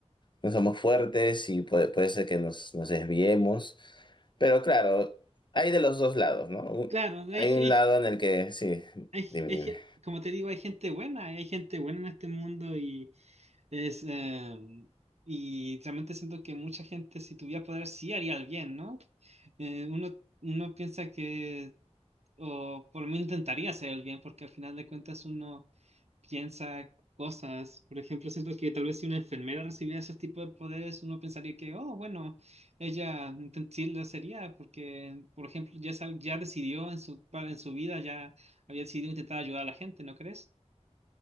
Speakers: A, on the left; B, on the right.
A: no somos fuertes y puede, puede ser que nos, nos desviemos. Pero claro, hay de los dos lados, ¿no? Un-
B: Claro, hay,
A: Hay un
B: hay
A: lado en el que, sí,
B: hay,
A: dime,
B: hay
A: dime.
B: gen- como te digo, hay gente buena, hay gente buena en este mundo y es eh, y realmente siento que mucha gente si tuviera poder sí haría el bien, ¿no? Eh, uno, uno piensa que, o por lo menos intentaría hacer el bien, porque al final de cuentas uno piensa cosas. Por ejemplo, siento que tal vez si una enfermera recibiera ese tipo de poderes, uno pensaría que, oh, bueno, ella inten- sí lo sería, porque, por ejemplo, ya, sab- ya decidió en su, pa- en su vida, ya había decidido intentar ayudar a la gente, ¿no crees?